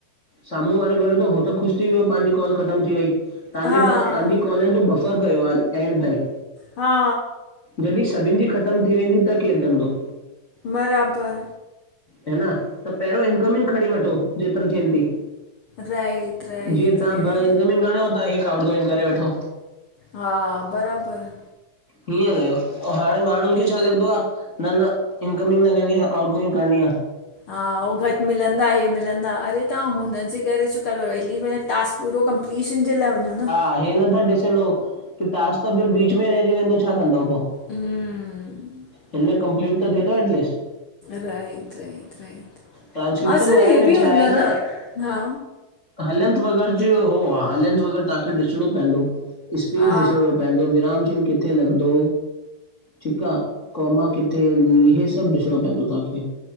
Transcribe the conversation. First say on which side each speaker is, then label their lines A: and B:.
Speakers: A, on the left; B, on the left.
A: साम्हूं वारो गुरे थो हो त ख़ुश थी वियो पाहिंजी कॉल ख़तम थी वई। तांजे
B: हा
A: पास तांजी कॉल आहिन जो बफर पयो आहीन एंड ताईं।
B: हा
A: यदि सभिन जी ख़तम थी वेंदी त केर कंदो
B: बराबर
A: हे न, त पहिरों इनकमिंग खणी वठो जेतरो थिएन थी।
B: राइट राइट
A: जीअं तव्हां
B: रह
A: ॿ इनकमिंग खणियो था हिकु आउटगोइंग करे वठो
B: हा बराबर
A: हीअं कयो ऐं हाणे माण्हुन खे छा लॻदो आ न न इनकमिंग न करणी आ आउटगोइंग करणी आ
B: हा उ घट मिलंदा इहे मिलंदा अड़े तां हुनजे करे छो था कयो एटलीस्ट टास्क पूरो कंप्लीशन जे लाए वञो न
A: हा हे नथा ॾिसन हो की टास्क त बीच में रहजी वेंदो छा कंदव पो
B: हम्म
A: हिन में कंपलीट त थिए थो एटलीस्ट
B: राइट राइट राइट
A: ट्रांस्क्रिप्शन
B: हा सर
A: वारे
B: हे
A: में
B: बि
A: छा
B: हूंदो
A: आए न
B: हा
A: हलंत वग़ैरह जो हो हा हलंत वग़ैरह तांखे ॾिसणो पवंदो स्पेस
B: हा
A: ॾिसणो पवंदो विराम चिन कथ किथे लॻंदो ठीक आ, कौमा किथे इहो सभ ॾिसणो पवंदो तां खे